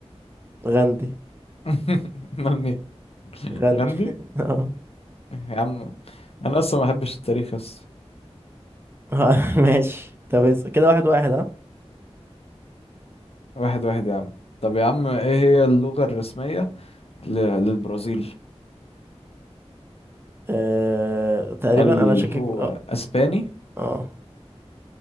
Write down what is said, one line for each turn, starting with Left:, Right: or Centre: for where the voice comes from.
Right: غاندي
Left: <laughs> امال مين
Right: غاندي
Left: غندي
Right: <laughs> آه.
Left: يا عم انا اصلا ما بحبش التاريخ اصلا
Right: آه، ماشي طب اس- كده واحد واحد ها
Left: واحد واحد يا عم طب يا عم ايه هي اللغة الرسمية ل- للبرازيل
Right: أه تقريبا
Left: هل
Right: انا شاكك
Left: هو
Right: ب- اه
Left: اسباني
Right: آه.